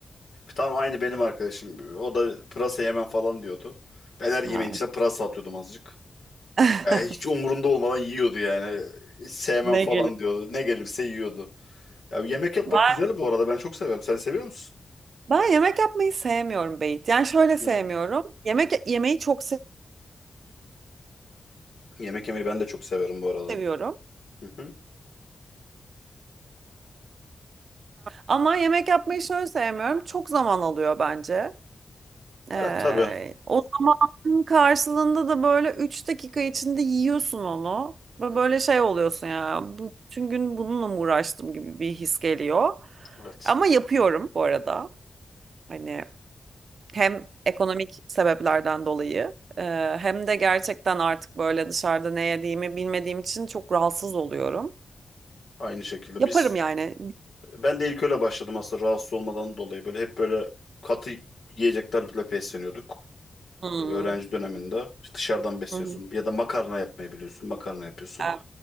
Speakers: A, on the left; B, on the right.
A: Tam aynı benim arkadaşım. O da pırasa yemem falan diyordu. Ben her yemeğin
B: Ay.
A: içine pırasa atıyordum azıcık.
B: <laughs>
A: Ya hiç umurunda olmadan yiyordu yani. Hiç sevmem
B: Ne
A: falan
B: gelir?
A: diyordu. Ne gelirse yiyordu. Ya yemek yapmak
B: Ben,
A: güzel bu arada. Ben çok severim. Sen seviyor musun?
B: ben yemek yapmayı sevmiyorum Beyt. Yani şöyle
A: Hı.
B: sevmiyorum. Yemek yemeği çok
A: Yemek yemeyi ben de çok severim bu arada.
B: seviyorum.
A: Hı hı.
B: Ama yemek yapmayı şöyle sevmiyorum. Çok zaman alıyor bence.
A: Evet
B: Ee,
A: tabii. Hı
B: o zamanın karşılığında da böyle 3 dakika içinde yiyorsun onu. Ve
A: hı.
B: böyle şey oluyorsun ya. bu- Bütün gün bununla mı uğraştım gibi bir his geliyor.
A: Evet.
B: Ama yapıyorum bu arada. Hani hem ekonomik sebeplerden dolayı e, hem de gerçekten artık böyle dışarıda ne yediğimi bilmediğim için çok rahatsız oluyorum.
A: Aynı şekilde
B: Yaparım
A: biz
B: yani.
A: ben de ilk öyle başladım aslında rahatsız olmadan dolayı. Böyle hep böyle katı yiyeceklerle besleniyorduk.
B: Hmm.
A: e, Öğrenci döneminde İşte dışarıdan besliyorsun
B: Hı hı.
A: ya da makarna yapmayı biliyorsun. Makarna yapıyorsun.
B: Yani